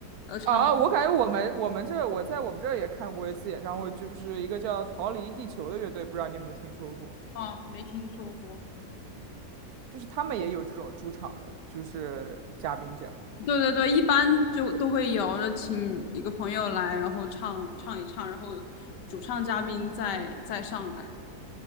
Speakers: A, on the left (about 85°); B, on the right (about 70°).
A: 然后唱了，
B: 啊，我感觉我们我们这儿我在我们这儿也看过一次演唱会，就是一个叫《逃离地球》的乐队，不知道你有没有听说过？
A: 哦，没听说过。
B: 就是他们也有这种驻场的，就是嘉宾这样。
A: 对对对，一般就都会有，就请一个朋友来，然后唱唱一唱，然后主唱嘉宾再再上来。